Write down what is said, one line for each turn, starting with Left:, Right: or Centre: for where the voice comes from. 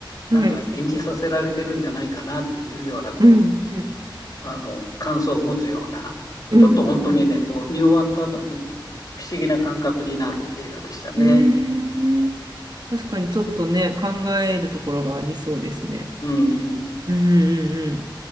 Right: はい。
Left: なんか演じさせられてるんじゃないかなっていうような、こ
Right: うん、うん、
Left: う、あの、感想を持つような、
Right: うん、
Left: ちょっと本当にね、
Right: うん。
Left: こう、見終わった後に不思議な感覚になる映画でしたね。
Right: えー、確かにちょっとね、考えるところがありそうですね。
Left: うんうん
Right: うんうん